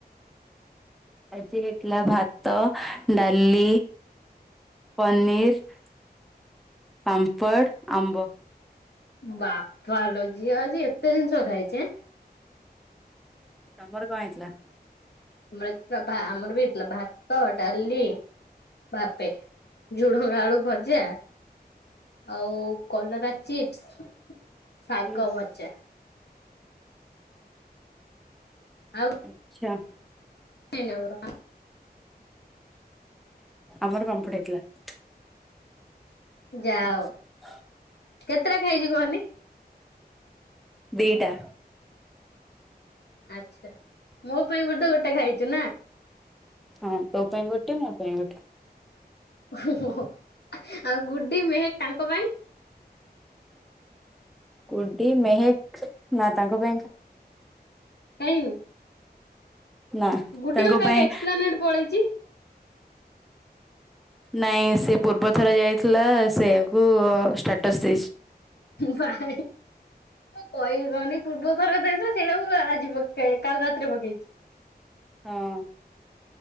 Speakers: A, in the centre; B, on the left.
A: ଆଜି ହେଇଥିଲା ଭାତ ଡାଲି ପନିର, ପାମ୍ପଡ଼, ଆମ୍ବ।
B: ବାପାଲୋ ଝିଅ ଆଜି ଏତେ ଜିନିଷ ଖାଇଛି।
A: ତମର କଣ ହୋଇଥିଲା?
B: ଆମର ଆମର ବି ଏଥିଲା ଭାତ ଡାଲି ଭାବେ ଝୁଡ଼ଙ୍ଗ ଆଳୁ ଭଜା। ଆଉ କଲରା ଚିପ୍ସ, ଶାଗ
A: ଆଚ୍ଛା
B: ଭଜା ଆଉ
A: ଆଚ୍ଛା।
B: <unintelligible>
A: ଆମର ପାମ୍ପଡ ହେଇଥିଲା ।
B: ଯାହା
A: <inaudible>
B: ହଉ କେତେଟା ଖାଇଛି କହନି?
A: ଦି ଟା
B: ଆଚ୍ଛା ମୋ ପାଇଁ ବୋଧେ ଗୋଟେ ଖାଇଛୁ
A: ହଁ ତୋ ପାଇଁ ଗୋଟ, ମୋ ପାଈଁ ଗୋଟେ
B: ଓ ଆଉ ଗୁଡି ମେହେକ୍ ତାଙ୍କ ପାଈଁ ।
A: କୁଡି ମେହେକ ନାଁ ତାଙ୍କ
B: ଖାଇନୁ।
A: ନା
B: ଗୁଡି
A: ତାଙ୍କ
B: କଣ କାଲି
A: ପାଇଁ
B: ଏକ୍ସପ୍ଲାନେଟ ପଳେଇଛି
A: ନାଇଁ ସେ ପୂର୍ବ ଥର ଯାଇଥିଲା ସେଆକୁ ଅ ଷ୍ଟାଟସ୍ ଦେଇଛି।
B: ଭାଇ <unintelligible>
A: ହଁ।